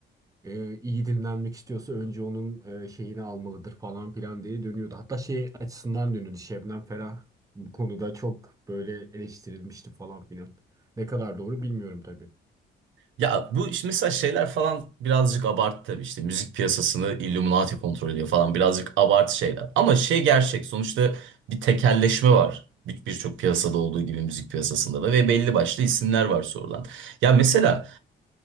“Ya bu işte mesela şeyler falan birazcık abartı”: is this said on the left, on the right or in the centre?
Right